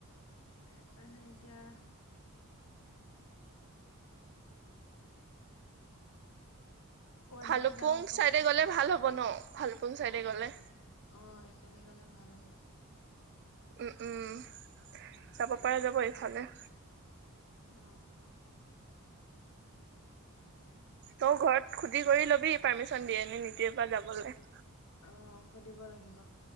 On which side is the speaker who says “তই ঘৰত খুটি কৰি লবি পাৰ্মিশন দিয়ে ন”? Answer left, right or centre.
Right